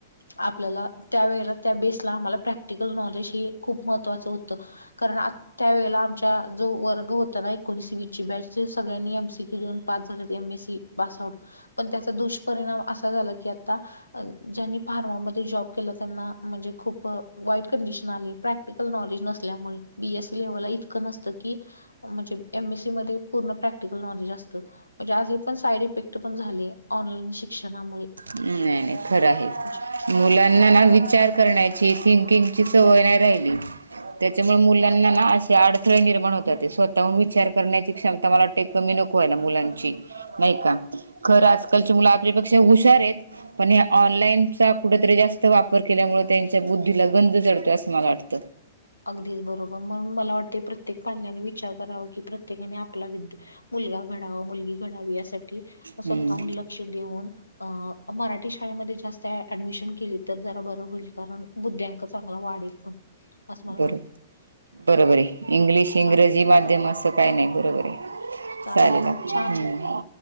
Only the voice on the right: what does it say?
हम्म नाही खरं आहे.
मुलांना ना विचार करण्याची थिंकिंगची सवय नाही राहिली. त्याच्यामुळे मुलांना ना असे अडथळे निर्माण होतात ते स्वतःहून विचार करण्याची क्षमता मला वाट कमी नको. होय ना मुलांची नाही का खर आजकालची मुलं आपल्यापेक्षा हुशार आहेत. पण ह्या ऑनलाईनचा कुठेतरी जास्त वापर केल्यामुळे त्यांच्या बुद्धीला गंध चढतोय असं मला वाटतं.
हम्म
बरो
बरोबर आहे इंग्लिश इंग्रजी
माध्यम असं काही नाही बरोबर आहे.
सारी बाात
हम्म.